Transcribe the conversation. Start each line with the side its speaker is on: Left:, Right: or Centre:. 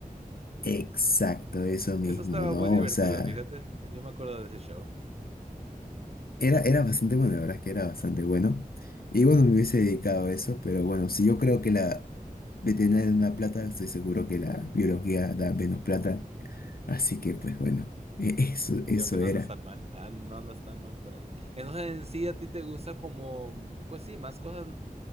Left: Exacto, eso mismo,
Right: Eso estaba
Left: ¿no?
Right: muy divertido,
Left: O sea.
Right: fíjate. Yo me acuerdo de ese show.
Left: Era, era bastante bueno, la verdad es que era bastante bueno. Y bueno, me hubiese dedicado a eso, pero bueno, si yo creo que la veterinaria da más plata, estoy seguro que la biología da menos plata. Así que pues bueno, e- <laughs> eso, eso
Right: Creo que no
Left: era.
Right: andas tan mal, Ah, no andas tan mal por ahí. Entonces, en sí, a ti te gusta como, pues sí, más cosas